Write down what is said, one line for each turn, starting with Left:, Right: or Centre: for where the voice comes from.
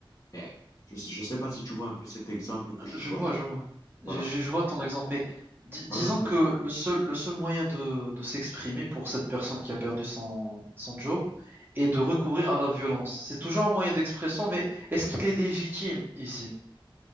Left: Mais je ne sais pas si tu vois un peu cet exemple que je
Right: je
Left: choisis.
Right: vois, je vois.
Left: Voilà,
Right: Je, je- je vois ton exemple, mais di-
Left: voilà
Right: disons
Left: un peu.
Right: que le seul le seul moyen de de s'exprimer pour cette personne qui a perdu son son job est de recourir à la violence. C'est toujours un moyen d'expression, mais est-ce qu'il est légitime ici?